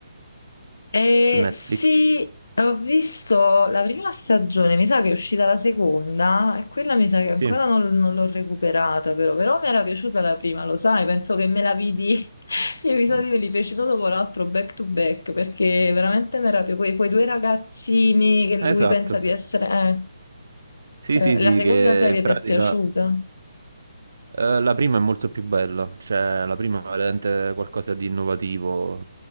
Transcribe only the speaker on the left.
Eh,
sì, ho visto la prima stagione, mi sa che è uscita la seconda e quella mi sa che
ancora non, non l'ho recuperata però, però mi era piaciuta la prima, lo sai, penso che me la vidi, <laughs> gli episodi
me li feci uno dopo l'altro back to back perché veramente mi era più quei, quei due ragazzini che lui
pensa di essere... eh,
eh,
la seconda
serie
ti è piaciuta?